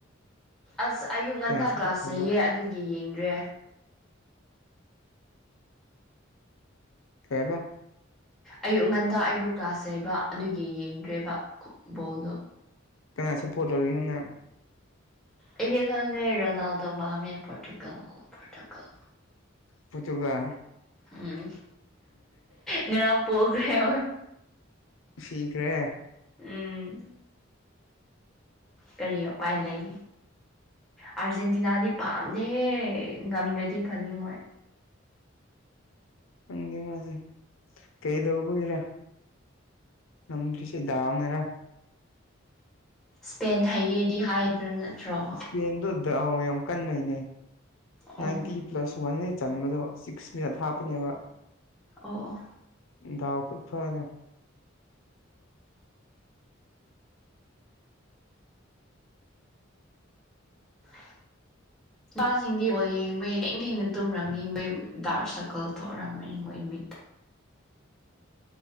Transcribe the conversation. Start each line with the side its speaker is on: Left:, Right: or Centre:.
Centre: ꯑꯁ ꯑꯌꯨꯛ ꯉꯟꯇꯥ
Left: ꯀꯅꯥ ꯁꯞꯄꯣꯔꯠ
Centre: ꯀ꯭ꯂꯥꯁꯅꯦꯌꯦ
Left: ꯇꯧꯕ
Centre: ꯑꯗꯨꯒꯤ ꯌꯦꯡꯗ꯭ꯔꯦ
Left: ꯀꯕ
Centre: ꯑꯌꯨꯛ ꯉꯟꯗ ꯑꯩꯗꯣ ꯀ꯭ꯂꯥꯁ ꯌꯕ ꯑꯗꯨꯒꯤ ꯌꯦꯡꯗ꯭ꯔꯦꯕꯕꯣꯜꯗꯣ
Left: ꯀꯅꯥ ꯁꯄꯣꯔꯠ ꯇꯧꯔꯤꯅꯣꯅ
Centre: ꯑꯩꯗꯤ ꯈꯪꯗꯦ ꯔꯣꯅꯥꯜꯗꯣ ꯄꯥꯝꯃꯦ ꯄꯣꯇꯨꯒꯜ ꯄꯣꯔꯇꯨꯒꯜ
Left: ꯄꯇꯨꯒꯜ
Centre: ꯎꯝ ꯉꯔꯥꯡ ꯄꯣꯒ꯭ꯔꯦ
Left: ꯁꯤꯤꯈ ꯔꯦ
Centre: ꯎꯝ ꯀꯔꯤ ꯎꯄꯥꯏ ꯂꯩ ꯑꯥꯔꯖꯦꯟꯇꯤꯅꯥꯗꯤ ꯄꯥꯝꯗꯦ ꯉꯝꯗ꯭ꯔꯗꯤ ꯐꯅꯤ ꯃꯣꯏ
Left: ꯈꯪꯗꯦꯉꯁꯦ ꯀꯩꯗꯧꯕꯒꯤꯔꯥ ꯅꯝ ꯁꯤ ꯗꯗꯥꯥꯎꯅꯔ
Centre: ꯏꯁꯄꯦꯟ ꯍꯩꯌꯦꯗꯤ ꯍꯥꯏꯗꯅ ꯅꯠꯇ꯭ꯔꯣ
Left: ꯄꯦꯟꯗꯨꯗ ꯑꯥꯎ ꯌꯥꯝ ꯀꯟꯅꯣꯏꯅꯦ
Centre: ꯑꯣ
Left: ꯅꯥꯏꯟꯇꯤ ꯄ꯭ꯂꯁ ꯋꯥꯟ ꯆꯟꯕꯗꯣ ꯁꯤꯛꯁ ꯃꯤꯅꯠ ꯍꯥꯞꯄꯅꯦꯕ
Centre: ꯑꯣ ꯑꯣ
Left: ꯗꯥꯎ ꯈꯨꯠ ꯐꯔꯗꯦ
Centre: ꯑ ꯏꯄꯥꯁꯤꯡꯒꯤꯗꯤ ꯕꯣꯜ ꯌꯦꯡꯕꯩ ꯂꯦꯡ ꯊꯦꯡꯅ ꯇꯨꯝꯔꯝꯅꯤ ꯃꯣꯏ ꯗꯥꯔꯛ ꯁꯔꯀꯜ ꯊꯣꯛꯔꯝꯅꯤ ꯃꯣꯏ ꯃꯤꯠꯇ